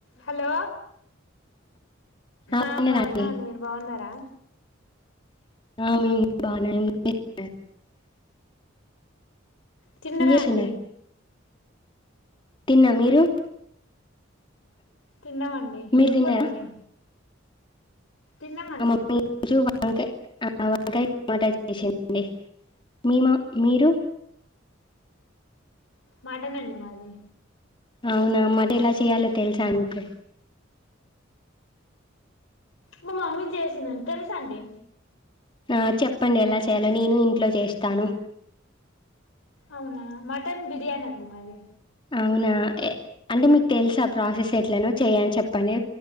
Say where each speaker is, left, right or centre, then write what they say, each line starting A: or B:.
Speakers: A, on the left (about 90°); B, on the left (about 25°).
A: హలో
B: బాగున్నారా
A: ఆ బాగున్నామండి
B: అండి
A: మీరు బాగున్నారా
B: <unintelligible>
A: చిన్నగా
B: ఏం చేస్తున్నారు
A: అండి
B: తిన్నా మీరు
A: తిన్నామండి
B: మీరు
A: ఏం
B: తిన్నారా
A: కూరండి తినమండి
B: మా మమ్మీ ఈరోజు వంకాయ ఆ వంకాయ టమాటా చేసిందండి మ మా మీరు
A: మటనండి మాది
B: అవునా మటన్ ఎలా చెయాలో తెలుసా మీకు
A: మా మమ్మీ చేసిందండి తెలుసా అండి
B: ఆ చెప్పండి ఎలా చేయలో నేను ఇంట్లో చేస్తాను
A: అవునా మటన్ బిర్యానీ అండి మాది
B: అవునా అంటే మీకు తెలుసా ఆ ప్రాసెస్ ఎట్లనో చేయని చెప్పండి